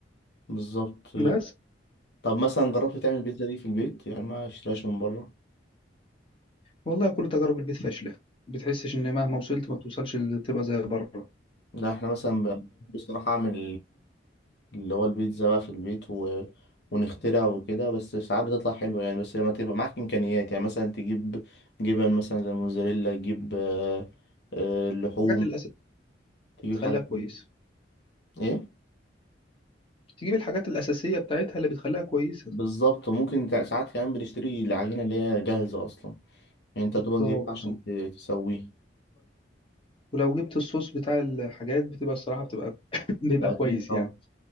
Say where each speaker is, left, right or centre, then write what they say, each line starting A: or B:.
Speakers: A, on the left; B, on the left.
A: بالظبط
B: بس
A: طب مثلا جربت تعمل البيتزا دي في البيت يعني ما اشتريهاش من بره
B: والله كل تجارب البيت فاشلة بتحسش ان مهما وصلت ما بتوصلش ل- تبقى زي بره
A: لا احنا مثلا ب- بصراحه اعمل اللي هو البيتزا بقى في البيت و... ونخترع وكده بس ساعات بتطلع حلوة يعني بس لما تبقى معاك إمكانيات يعني مثلا تجيب جبن مثلا زي موزاريلا تجيب آه، آه، لحوم
B: الحاجات الأساسية
A: تجيب
B: بتخليها
A: حاجات
B: كويسة
A: دي. إيه
B: تجيب الحاجات الأساسية بتاعتها اللي بتخليها كويسة
A: بالظبط وممكن تع- ساعات كمان بنشتري العجينة اللي هي جاهزة أصلا يعني أنت
B: بالظبط
A: تبقى جايبها عشان ت- تسويه
B: ولو جبت الصوص بتاع الحاجات بتبقى الصراحة بتبقى <coughs> بيبقى
A: ده
B: كويس
A: أكيد طبعا
B: يعني